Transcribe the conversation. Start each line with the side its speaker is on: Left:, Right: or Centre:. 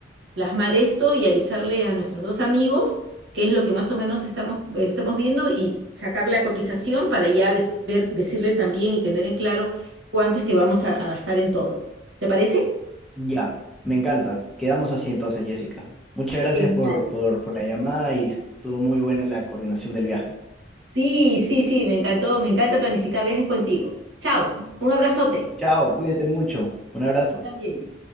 Right: plasmar esto y avisarle a nuestros dos amigos qué es lo que más o menos estamos, eh, estamos viendo y sacar la cotización para ya des- ver- decirles también y tener en claro cuánto es que vamos a, a gastar en todo. ¿Te parece?
Centre: ya, me encanta. Quedamos así entonces, Jessica. Muchas
Right: Genial.
Centre: gracias por, por, por la llamada y estuvo muy buena la coordinación del viaje.
Right: Sí, sí, sí, me encantó, me encanta planificar viajes contigo. Chao, un abrazote.
Centre: Chao, cuídate mucho. Un abrazo.
Right: Yo también.